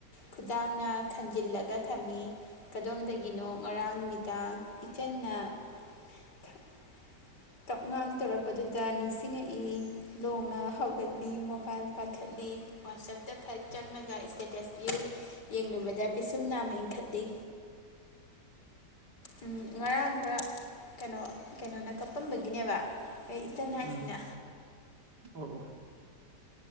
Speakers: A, on the left (about 70°); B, on the right (about 70°).
A: ꯈꯨꯗꯥꯡꯅ ꯈꯟꯖꯤꯜꯂꯒ ꯊꯝꯃꯤ ꯀꯗꯣꯝꯗꯒꯤꯅꯣ ꯉꯔꯥꯡ ꯅꯨꯃꯤꯗꯥꯡ ꯏꯆꯟꯅ <unintelligible> ꯀꯞꯉꯥꯡ ꯇꯧꯔꯛꯄꯗꯨꯗ ꯅꯤꯡꯁꯤꯡꯉꯛꯏ ꯂꯣꯡꯅ ꯍꯧꯒꯠꯂꯤ ꯃꯣꯕꯥꯏꯜ ꯄꯥꯏꯈꯠꯂꯤ ꯋꯥꯆꯞꯇ ꯐꯠ ꯆꯪꯂꯒ ꯏꯁꯇꯦꯇꯁ ꯕ꯭ꯌꯨ ꯌꯦꯡꯂꯨꯕꯗ ꯄꯤꯁꯨꯝ ꯅꯥꯝꯃ ꯏꯟꯈꯠꯂꯤ ꯎꯝ ꯉꯔꯥꯡ ꯈꯔ ꯀꯩꯅꯣ- ꯀꯩꯅꯣꯅ ꯀꯞꯄꯝꯕꯒꯤꯅꯦꯕ ꯑꯩ ꯏꯆꯟ ꯍꯥꯏꯁꯤꯅ
B: ꯎꯝ ꯑꯣ ꯑꯣ